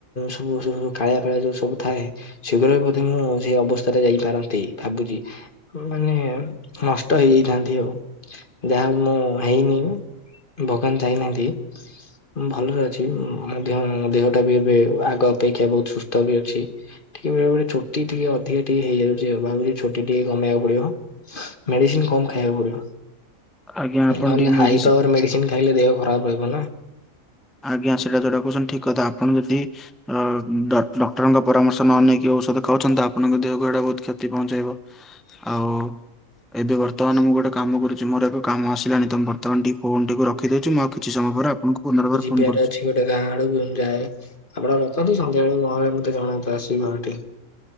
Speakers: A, on the left; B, in the centre.
A: ସବୁୁ ସବୁ କାଳିଆ କାଳିଆ ଯୋଉ ସବୁ ଥାଏ ସେଗୁଡା ବି ବୋଧେ ମୁଁ ସେଇ ଅବସ୍ଥାରେ ଯାଇପାରନ୍ତି ଭାବୁଛି, ମାନେ ନଷ୍ଟ ହେଇଯାଇଥାନ୍ତି ଆଉ। ଯାହା ମୁଁ ହେଇନି ଭଗବାନ ଚାହିନାହାନ୍ତି। ମୁଁ ଭଲରେ ଅଛି, ମୋ ଦେହ ମୋ ଦେହଟା ବି ଏବେ ଆଗ ଅପେକ୍ଷା ବହୁତ ସୁସ୍ଥ ବି ଅଛି। ଟିକେ ବେଳେବେଳେ ଛୁଟି ଟିକେ ଅଧିକା ଟିକେ ହେଇଯାଉଛି, ଭାବୁଛି ଛୁଟି ଟିକେ କମେଇବାକୁ ପଡିବ। ମେଡିସିନ କମ୍ ଖାଇବାକୁ ପଡିବ,
B: ଆଜ୍ଞା
A: ନହେଲେ
B: ଆପଣ ଟିକେ
A: ହାଇ
B: ମେଡିସିନ
A: ପାୱାର ମେଡିସିନ ଖାଇଲେ ଦେହ ଖରାପ ରହିବ ନା।
B: ଆଜ୍ଞା ସେଇଟା ଯୋଉଟା କହୁଛନ୍ତି ଠିକ୍ କଥା, ଆପଣ ଯଦି ଅ ଡକ ଡକ୍ଟରଙ୍କ ପରାମର୍ଶ ନ ନେଇକି ଔଷଧ ଖାଉଛନ୍ତି, ତ ଆପଣଙ୍କ ଦେହକୁ ଏଇଟା ବହୁତ କ୍ଷତି ପହଞ୍ଚାଇବ। ଆଉ। ଏବେ ବର୍ତ୍ତମାନ ମୁଁ ଗୋଟେ କାମ କରୁଛି, ମୋର ଏକ କାମ ଆସିଲାଣି ତ। ବର୍ତ୍ତମାନ ଟିକେ ଫୋନ ଟିକୁ ରଖିଦଉଛି ମୁଁ ଆଉ କିଛି ସମୟ ପରେ ଆପଣଙ୍କୁ ପୁନର୍ବାର ଫୋନ
A: ଇଆଡେ
B: କରୁଛି
A: ଅଛି ଗୋଟେ ଗାଁ ଆଡକୁ ଯାଏ, ଆପଣ ରଖନ୍ତୁ ସନ୍ଧ୍ୟାବେଳକୁ ଘରେ ମତେ ଜଣାନ୍ତୁ ଆସି ଘରଠି।